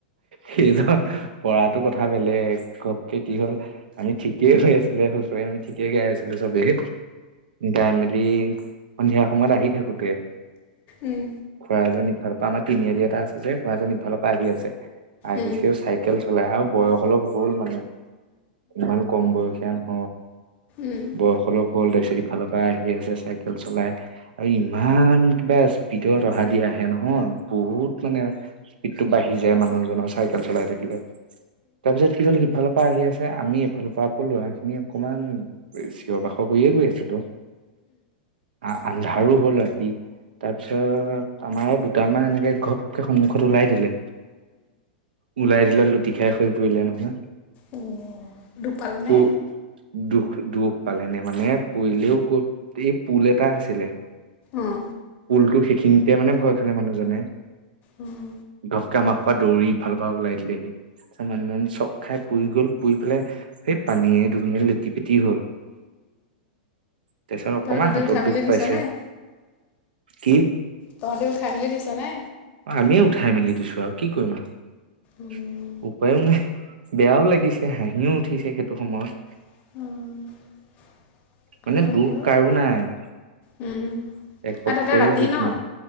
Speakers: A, on the right (about 85°); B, on the left (about 35°).
A: সেইজন পৰাতো কথা বেলেগ ঘপকে কি হল আমি ঠিকেই হৈ আছিলে হুচৰি আমি ঠিকেই গাই আছিলো চবেই গাই মেলি সন্ধিয়া সময়ত আহি থাকোতে।
B: উম,
A: খোৱা জনি ইফালৰ পৰা আমাৰ তিনিআলি এটা আছে ঘঁ এন ইফালৰ পৰা আহি আছে আহিছেও
B: উম,
A: চাইকেল আৰু বয়স অলপ হ'ল মানে, ইমান কম বয়সিয়া ন
B: উম।
A: বয়স অলপ ফালৰ পৰা আহি আছে চাইকেল চলাই আৰু ইমান কিবা স্পীডত অহা দি আহে নহয়। বহুত মানে এক টো বাহি যে মানুহজনৰ চাইকেল চলাই থাকিলে তাৰপিছত কি হ'ল সিফালৰ পৰা আহি আছে আমি এফালৰ পৰা আকৌ লৰা খিনি অকমান চিঞৰ বাাখৰ কৰিয়ে গৈ আছিলো অ। আন্ধাৰো হ'ল ৰাতি তাৰপিছত আমাৰে দু আমা এনেকে ঘপকেই সন্মুখত ওলাই দিলে। ওলাই দিলে লুটি খাই হৈ পৰিলে নহয়,
B: ও দুখ পালেনে
A: প দুখ দুখ পালেনে মানে পৰিলেও ক এই পুল এটা আছিলে।
B: অহ
A: পুল টো সিখিনীতে মানে ভয় খালে মানুহজনে
B: উম।
A: ঘপকে আামাৰ ঘৰপা দৌৰি ইফালপা ওলাই দিলেহি। মানুহজন চক খাই পুই গ'ল পুই পেলাই সেই পানীয়ে দুনিয়ে লেটি পেটি হল। তাৰপিছত অকমান
B: তহততে
A: হাতত
B: উঠাই মেলি
A: দুখ
B: দিছ
A: পাইছে
B: নে?
A: কি
B: তহঁতে উঠাই মেলি দিছ নে?
A: আমিয়ে উঠাই মেলি দিছো আৰু কি কৰিম আৰু
B: উম
A: উপায়ও নাই। বেয়াও লাগিছে হাঁহিও উঠিছে সেইটো সময়ত।
B: <inaudible>
A: মানে
B: হয়
A: দুখ
B: অ।
A: কাৰো নাই।
B: উম।
A: এক পক্ষৰো
B: আৰু তাতে ৰাতি
A: দুখ
B: ন
A: নাই
B: অঁ